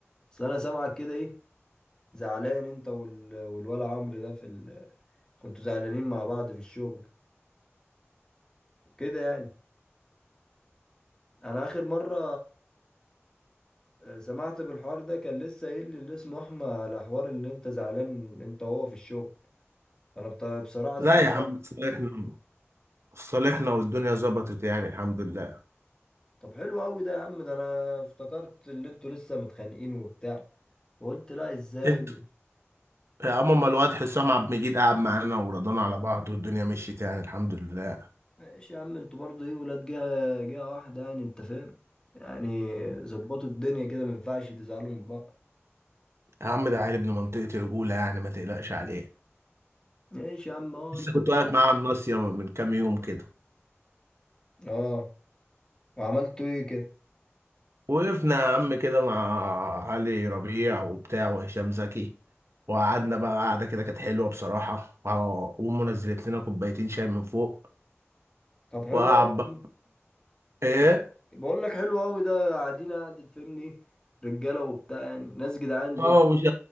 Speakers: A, on the left (about 15°); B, on the right (about 70°).
A: بس انا سامعك كده ايه زعلان انت وال... والولا عمرو ده في ال... كنتوا زعلانين مع بعض في الشغل كده يعني انا اخر مره آه، سمعت بالحوار ده كان لسه قايل لي اللي اسمه احمد على حوار اللي انت زعلان انت وهو في الشغل انا بت- بصراحه استغربت
B: لا يا عم صالحنا صالحنا والدنيا ظبطت يعني الحمد لله
A: طب حلو قوي ده يا عم ده انا افتكرت اللي انتوا لسه متخانقين وبتاع وقلت لا ازاي
B: انت يا عم ما الواد حسام عبد المجيد قعد معانا ورضانا على بعض والدنيا مشيت يعني الحمد لله يا
A: ماشي يا عم انتوا برضه ايه ولاد جهه جهه واحده يعني انت فاهم يعني ظبطوا الدنيا كده ما ينفعش تزعلوا من بعض
B: عم ده عيل ابن منطقتي رجولة يعني ما تقلقش عليه
A: ماشي يا عم اه
B: لسه
A: انت
B: كنت
A: فاهم
B: واقف معاه على الناصية من كام يوم كده
A: اه وعملتوا ايه كده
B: وقفنا يا عم كده مع علي ربيع وبتاع وهشام زكي وقعدنا بقى قعدة كده كانت حلوة بصراحة وع- وأمه نزلت لنا كوبايتين شاي من فوق
A: طب حلو
B: وقعد
A: قوي
B: بقى إيه؟
A: ده- بقول لك حلو قوي ده قاعدين قاعد تفهمني رجاله وبتاع يعني ناس جدعان دول
B: آه وش-